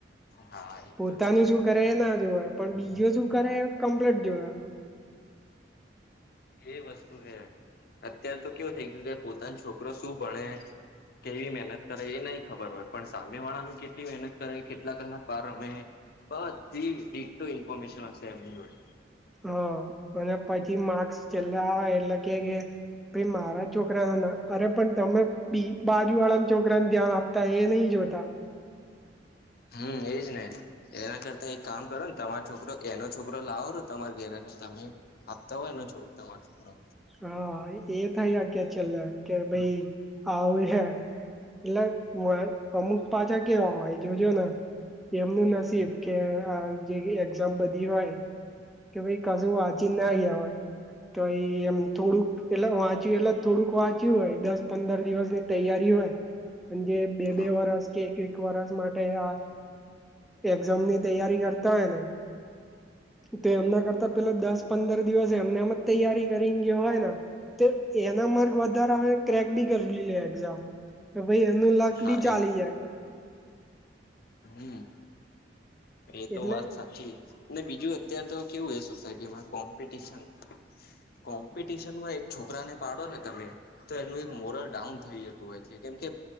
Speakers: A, on the left (about 55°); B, in the centre.
A: હા એ
B: પોતાનું
A: તો છે
B: શું કરે એ ના જોવા પણ બીજું શું કરે એ કમ્પ્લીટ જોય
A: એ વસ્તુ છે અત્યારે તો કેવું થઇ ગયું કે પોતાનો છોકરો શું ભણે કેવી મહેનત કરે એ નહી ખબર હોય પણ સામે વાળાનું કેટલી મહેનત કરે કેટલા કલાક બાર અમે બઘી ડીટો ઇન્ફોર્મેશ હશે એમની જોડે
B: હા અને પછી માર્ક્સ છેલ્લે આવે એટલે કે કે ભાઈ મારા છોકરા ના ના અરે પણ તમે બી બા જુ વાળા ના છોકરાને ધ્યાન આપતા એ નહ જોતા
A: હમ્મ એજ નહી એના કરતા એક કામ કરો ને તમારો છોકરો એનો છોકરો લાવોરો તમારા ઘેરે ને તમે આપતા હોય એનો છો તમાર છોકરો
B: હા એ થઈ હકે છેલ્લે કે ભાઈ આઉ હે એટલે અમુક પાછા કેવા હોય જોજો ને એમનું નસીબ કે આ જેવી એક્ઝામ બધી હોય કે ભાઈ કશું વાચી ના જવાયે તો ઈ એમ થોડુંક એટલે વાંચ્યું એટલે થોડુંક વાંચ્યું હોય દસ પંદર દિવસ ની તૈયારી હોય જે બે
A: હા
B: બે વરસ કે એક એક વરસ માટે આ એક્ઝામ ની તૈયારી કરતા હોય ને તો એમના કરતા પેલા દસ પંદર દિવસ એમને એમ જ તૈયારી કરીને ગયો હોય તો એના માર્ક વધારે આવે ક્રેક બી કરી લે એક્ઝામ કે ભાઈ એનું લક
A: હા
B: બી ચાલી જાય
A: હમ્મ એતો
B: એટલે
A: વાત સાચી બીજું અત્યાર તો કેવું હ સોસાયટીમાં કોમ્પિટશન કોમ્પિટિશન માં એક છોકરાને પાડો ને તમે તો એનું એક મોરલ ડાઉન થઈ જતું હોય છે કેમ કે